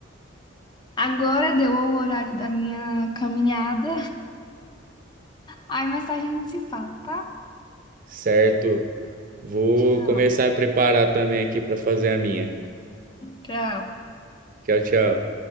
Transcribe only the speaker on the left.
Agora deu o horário da minha caminhada. Aí mais tarde a gente se fala, tá?
Tchau.
Tchau.